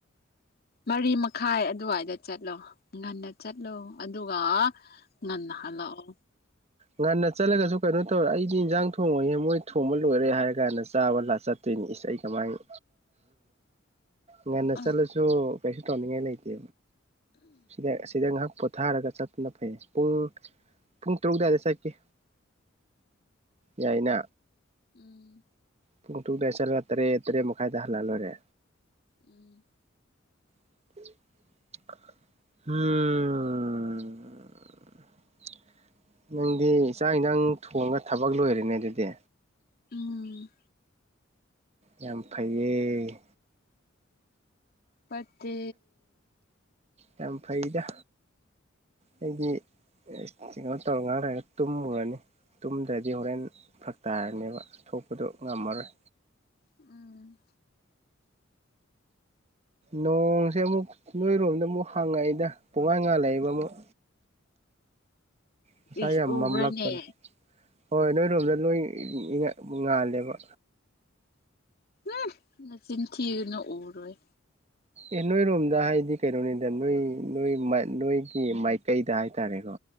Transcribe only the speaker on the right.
ꯉꯟꯅ ꯆꯠꯂꯒꯁꯨ ꯀꯩꯅꯣ ꯇꯧꯔꯦ ꯑꯩꯗꯤ ꯏꯟꯁꯥꯡ ꯊꯣꯡꯉꯍꯦ ꯃꯣꯏ ꯊꯣꯡꯕ ꯂꯣꯏꯔꯦ ꯍꯥꯏꯔ ꯀꯥꯟꯗ ꯆꯥꯕ ꯆꯠꯇꯣꯏꯅꯤ ꯏꯁꯩ ꯑꯩ ꯀꯃꯥꯏꯅ ꯉꯟꯅ
ꯆꯠꯂꯁꯨ ꯀꯩꯁ ꯇꯅꯤꯡꯉ ꯂꯩꯇ ꯁꯤꯗ ꯁꯤꯗ ꯄꯣꯊꯥꯔꯒ ꯆꯠꯇꯨꯅ ꯐꯩ ꯄꯨꯡ ꯄꯨꯡ ꯇꯔꯨꯛ ꯑꯗꯨꯋꯥꯏꯗ ꯆꯠꯈꯤ ꯌꯥꯏꯅ
ꯄꯨꯡ ꯇꯨꯗꯦ ꯆꯠꯂꯒ ꯇꯔꯦꯠ ꯇꯔꯦꯠ ꯃꯈꯥꯏꯗ ꯍꯜꯂꯛꯂꯣꯏꯔꯦ
ꯎꯝ ꯅꯪꯗꯤ ꯏꯆꯥ ꯏꯟꯗꯥꯡ ꯊꯣꯡꯉꯒ ꯊꯕꯛ ꯂꯣꯏꯔꯅꯦ ꯑꯗꯨꯗꯤ
ꯌꯥꯝ ꯐꯩꯌꯦ
ꯌꯥꯝ ꯐꯩꯗ ꯑꯩꯗꯤ ꯀꯩꯅꯣ ꯇꯧꯔ ꯉꯥꯡ ꯂꯩꯒ ꯇꯨꯝꯃꯨꯔꯅꯤ ꯇꯨꯝꯗ꯭ꯔꯗꯤ ꯍꯣꯔꯦꯟ ꯐꯛꯛꯇꯥꯔꯅꯦꯕ ꯊꯣꯛꯄꯗꯣ ꯉꯝꯃꯔꯣꯏ
ꯅꯣꯡꯁꯦ ꯑꯃꯨꯛ ꯅꯣꯏꯔꯣꯝꯗ ꯑꯃꯨꯛ ꯍꯪꯉꯛꯏꯗ ꯄꯨꯡꯉꯥꯟ ꯉꯥꯜꯂꯛꯏꯕ ꯑꯃꯨꯛ ꯉꯁꯥꯏ
ꯌꯥꯝ
ꯃꯝꯂꯛꯄꯅꯦ ꯍꯣꯏ ꯅꯣꯏꯔꯣꯝꯗ ꯂꯣꯏ ꯉꯥꯜꯂꯦꯕ
ꯑꯦ ꯅꯣꯏꯔꯣꯝꯗ ꯍꯥꯏꯗꯤ ꯀꯩꯅꯣꯅꯤꯗ ꯅꯣꯏ ꯅꯣꯏ ꯅꯣꯏꯒꯤ ꯃꯥꯏꯀꯩꯗ ꯍꯥꯏꯇꯥꯔꯦꯀꯣ